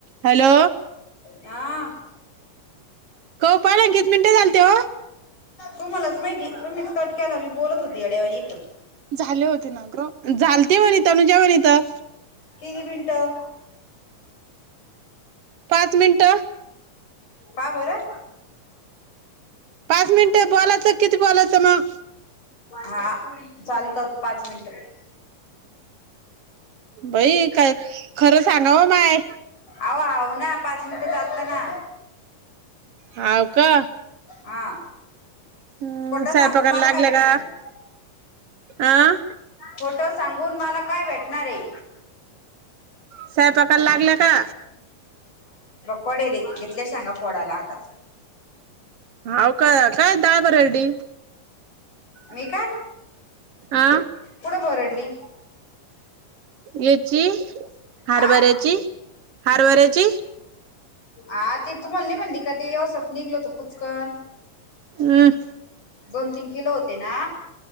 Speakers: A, on the right; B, on the left.
A: हॅलो
B: हा.
A: हो काल एकवीस मिनट झालते ओ.
B: तूमालाच माहिती तुम्हीच कट केला, मी बोलत होती येड्यावाणी इथं.
A: झाले होते ना ग झालते म्हणे इथ, तनुजा पण आहे इथं.
B: किती मिनटं?
A: पाच मिनिटं.
B: का बरं?
A: पाच मिनिटं बोलायचं. किती बोलायचं मग?
B: हां चालतात. पाच मिनिटं.
A: बाई काय खरं सांगा ओ माय.
B: अहो आव ना पाच मिनिटं चालतं ना.
A: होव का.
B: हा
A: हम्म
B: खोटं
A: स्वयंपाकाला
B: सांगून मला
A: लागले
B: काय भेटणार
A: का?
B: आहे
A: आं?
B: खोटं सांगून मला काय भेटणार आहे.
A: स्वयंपाकाला लागले का?
B: पडेली घेतले शेंगा फोडायला हातात.
A: होव का? काय डाळ भरडली.
B: नाही का.
A: हां.
B: कुठं भरडली?
A: याची हरभऱ्याची
B: आ
A: हरभऱ्याची.
B: आ तीथ तू बोली म्हणली का ते येवसात निघल ते कुचकन.
A: ह.
B: दोन तीन किलो होते ना?